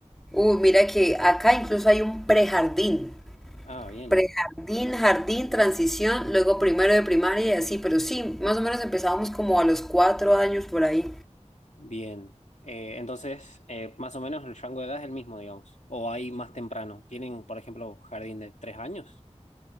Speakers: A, in the centre; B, on the left.
A: Uh, mira que acá incluso hay un prejardín.
B: Ah, bien,
A: Prejardín, jardín, transición, luego primero de primaria y así, pero sí, más o menos empezábamos como a los cuatro años por ahí.
B: bien. Eh, entonces, eh, más o menos el rango de edad es el mismo, digamos. O hay más temprano. ¿Tienen, por ejemplo, jardín de tres años?